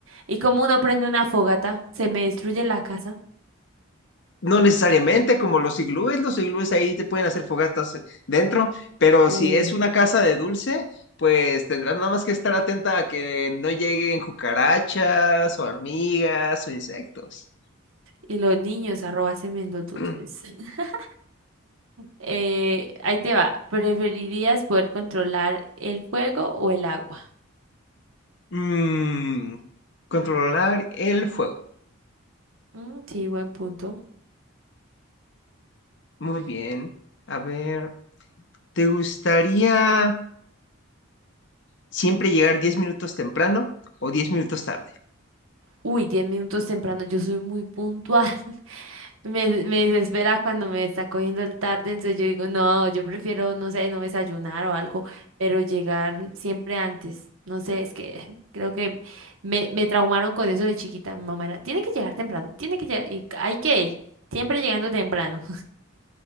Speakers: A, on the right (about 70°); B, on the left (about 55°).
A: ¿Y como uno prende una fogata? ¿Se me destruye la casa?
B: No necesariamente como los iglúes, los iglúes ahí te pueden hacer fogatas eh, dentro, pero
A: Uh,
B: si es una casa de dulce, pues tendrás nada más que estar atenta a que no lleguen cucarachas o hormigas o insectos.
A: Y los niños, arroba semen los dulces.
B: <clears throat>
A: <laughs> Eh, ahí te va. ¿Preferirías poder controlar el fuego o el agua?
B: Mm, controlar el fuego.
A: Mm, sí, buen punto.
B: Muy bien. A ver, ¿te gustaría siempre llegar 10 minutos temprano o 10 minutos tarde?
A: Uy, diez minutos temprano, yo soy muy puntual. <laughs> Me, me desespera cuando me está cogiendo el tarde, entonces yo digo, no, yo prefiero, no sé, no desayunar o algo, pero llegar siempre antes. No sé, es que creo que me, me traumaron con eso de chiquita. Mi mamá era, tiene que llegar temprano, tiene que llegar, y hay que ir, siempre llegando temprano.